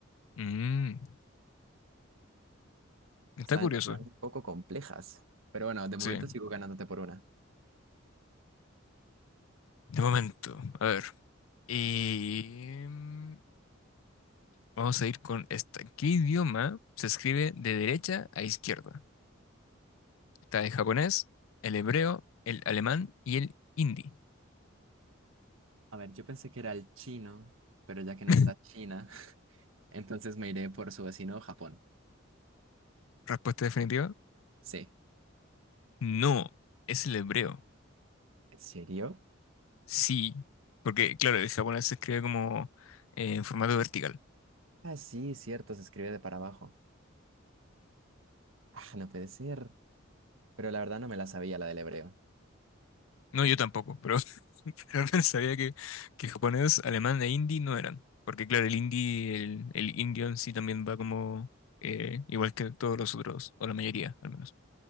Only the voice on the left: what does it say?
Mm, está
curioso.
Sí.
De momento. A ver. Y mm, vamos a ir con esta. ¿Qué idioma se escribe de derecha a izquierda? Está el japonés, el hebreo, el alemán y el hindi.
<laughs>
Respuesta definitiva.
No, es el hebreo.
Sí, porque claro, el japonés se escribe como eh, en formato vertical.
No, yo tampoco, pero, <laughs> pero no sabía que, que japonés, alemán e hindi no eran. Porque claro, el hindi, el, el indio en sí también va como eh, igual que todos los otros, o la mayoría al menos.